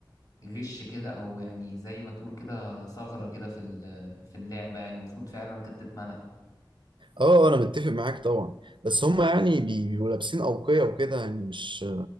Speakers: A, on the left (about 45°); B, on the right (about 75°).
A: غش كده او يعني زي ما تقول كده ثغرة كده في ال- في اللعبة يعني المفروض فعلا كانت تتمنع
B: اه آه، انا متفق معاك طبعا بس هم يعني بي- بيبقوا لابسين اوقية وكده يعني مش